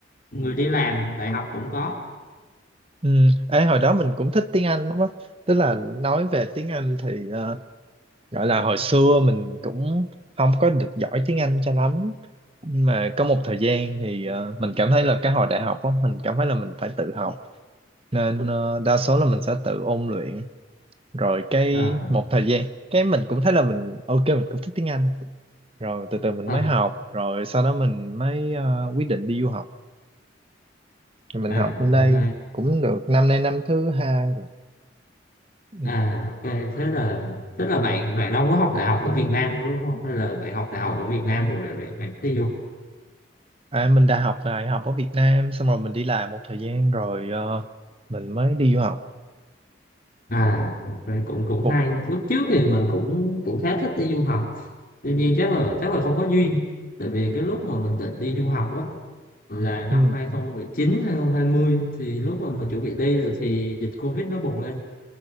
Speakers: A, on the left (about 50°); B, on the right (about 30°).
A: người đi làm đại học cũng có
B: ừ. Ê, hồi đó mình cũng thích tiếng Anh lắm á tức là nói về tiếng Anh thì ờ, gọi là hồi xưa mình cũng không có được giỏi tiếng Anh cho lắm nhưng mà có một thời gian thì ờ, mình cảm thấy là cái hồi đại học á mình cảm thấy là mình phải tự học nên ờ, đa số là mình sẽ tự ôn luyện rồi cái
A: Ờ,
B: một thời gian cái mình cũng thấy là mình ok mình cũng thích tiếng Anh rồi từ từ mình
A: ờ,
B: mới học rồi sau đó mình mới ờ, quyết định đi du học thì mình
A: à
B: học bên đây
A: ok
B: cũng được năm nay năm thứ hai rồi ừ.
A: À, ok, thế là tức là bạn bạn đâu có học đại học ở Việt Nam đúng không? Hay là bạn học đại học ở Việt Nam rồi lại bạn bạn đi du học?
B: à, mình đã học đại học ở Việt Nam xong rồi mình đi làm một thời gian rồi ờ, mình mới đi du học
A: À, ok, cũng cũng
B: Ủa,
A: hay. Lúc trước thì mình cũng cũng khá thích đi du học. Tuy nhiên chắc là chắc là không có duyên. Tại vì cái lúc mà mình định đi du học á là năm
B: ừ
A: hai không một chín hai không hai 2020 thì lúc mà mình chuẩn bị đi rồi thì dịch Covid nó bùng lên.